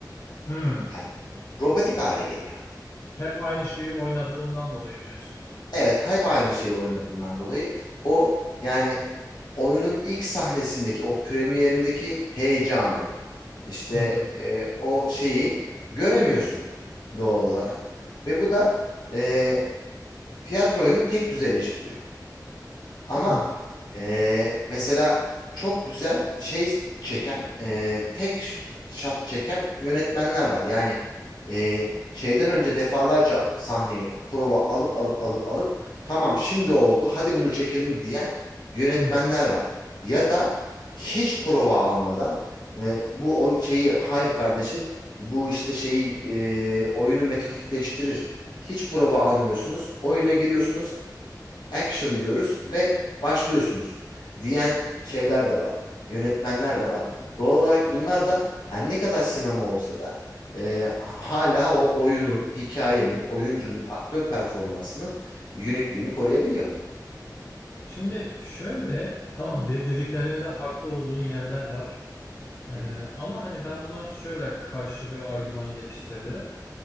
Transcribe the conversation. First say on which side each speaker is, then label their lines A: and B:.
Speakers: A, on the left; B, on the left.
A: Hı.
B: Yani robotik hale geliyor.
A: Hep aynı şeyi oynadığından dolayı diyorsun.
B: Evet, hep aynı şeyi oynadığından dolayı o yani oyunun ilk sahnesindeki o premierindeki heyecanı işte
A: Hı hı.
B: e, o şeyi göremiyorsun doğal olarak ve bu da e, tiyatro oyunu tek düzeleştiriyor. Ama
A: Anladım.
B: e, mesela çok güzel şey çeken, e, tek shot çeken yönetmenler var. Yani e, şeyden önce defalarca sahneyi prova alıp alıp alıp alıp tamam şimdi oldu hadi bunu çekelim diyen yönetmenler
A: Hı hı.
B: var. Ya da hiç prova almadan e, bu o şeyi hayır kardeşim bu işte şeyi e, oyunu metodikleştirir. Hiç prova almıyorsunuz. Oyuna giriyorsunuz action diyoruz ve başlıyorsunuz diyen şeyler de var. Yönetmenler de var. Doğal olarak bunlar da her ne kadar sinema olsa da e, hala o oyunun, hikayenin, oyuncunun, aktör performansının unikliğini koruyabiliyor.
A: Şimdi şöyle tamam de- dediklerinde haklı olduğun yerler var. Ee,
B: Hı hı.
A: ama hani ben buna şöyle karşı bir argüman geliştirebilirim.